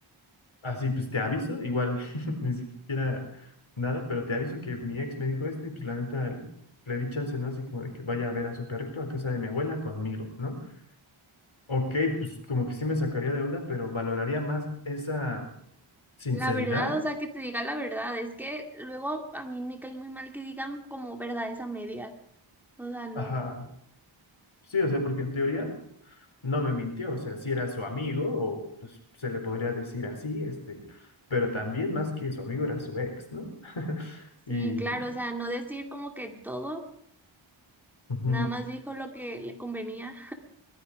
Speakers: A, on the left (about 70°); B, in the centre.
A: Así, pues te aviso, igual <laughs> ni siquiera nada, pero te aviso que mi ex me dijo esto y pues la neta el- le di chance, ¿no? Así como de que vaya a ver a su perrito a casa de mi abuela conmigo, ¿no? Ok, pues como que sí me sacaría de onda, pero valoraría más esa sinceridad.
B: La verdad, o sea, que te diga la verdad, es que luego a mí me cae muy mal que digan como verdades a medias. O sea, no.
A: Ajá, sí, o sea, porque en teoría no me mintió, o sea, si era su amigo o pues se le podría decir así, este, pero también más que su amigo era su ex, ¿no? <laughs>
B: Sí,
A: Y...
B: claro, o sea, no decir como que todo,
A: ujú.
B: nada más dijo lo que le convenía.